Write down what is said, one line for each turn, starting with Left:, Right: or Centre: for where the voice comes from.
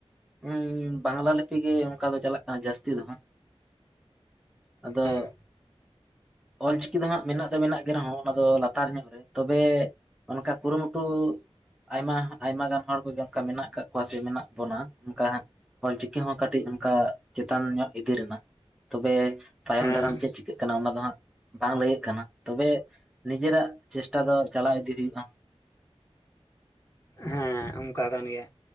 Centre: ᱦᱮᱸ ᱵᱟᱝᱞᱟ ᱞᱤᱯᱤ ᱜᱮ ᱚᱱᱠᱟ ᱫᱚ ᱪᱟᱞᱟᱜ ᱠᱟᱱᱟ ᱡᱟᱹᱥᱛᱤ ᱫᱚ ᱦᱟᱸᱜ᱾ ᱟᱫᱚ
Left: ᱦᱮᱸ
Centre: ᱚᱞ ᱪᱤᱠᱤ ᱫᱚ ᱦᱟᱸᱜ ᱢᱮᱱᱟᱜ ᱫᱚ ᱢᱮᱱᱟᱜ ᱜᱮ ᱨᱮᱦᱚᱸ ᱚᱱᱟ ᱫᱚ ᱞᱟᱛᱟᱨ ᱧᱚᱜ ᱨᱮ ᱛᱚᱵᱮ ᱚᱱᱠᱟ ᱠᱩᱨᱩᱢᱩᱴᱩ ᱟᱭᱢᱟ ᱟᱭᱢᱟ ᱜᱟᱱ ᱦᱚᱲ ᱠᱚᱜᱮ ᱚᱝᱠᱟ ᱢᱮᱱᱟᱜ ᱟᱠᱟᱜ ᱠᱚᱣᱟ ᱥᱮ ᱢᱮᱱᱟᱜ ᱵᱚᱱᱟ ᱚᱝᱠᱟ ᱦᱟᱸᱜ ᱚᱞ ᱪᱤᱠᱤ ᱦᱚᱸ ᱠᱟᱹᱴᱤᱡ ᱚᱱᱠᱟ ᱪᱮᱛᱟᱱ ᱧᱚᱜ ᱤᱫᱤ ᱨᱮᱱᱟᱜ ᱛᱚᱵᱮ ᱛᱟᱭᱚᱢ
Left: ᱦᱮᱸ
Centre: ᱫᱟᱨᱟᱢ ᱪᱮᱫ ᱪᱤᱠᱟᱹᱜ ᱠᱟᱱᱟ ᱚᱱᱟ ᱫᱚ ᱦᱟᱸᱜ ᱵᱟᱝ ᱞᱟᱹᱭᱟᱹᱜ ᱠᱟᱱᱟ ᱛᱚᱵᱮ ᱱᱤᱡᱮᱨᱟᱜ ᱪᱮᱥᱴᱟ ᱫᱚ ᱪᱟᱞᱟᱣ ᱤᱫᱤ ᱦᱩᱭᱩᱜᱼᱟ᱾
Left: ᱦᱮᱸ ᱚᱝᱠᱟ ᱠᱟᱱ ᱜᱮᱭᱟ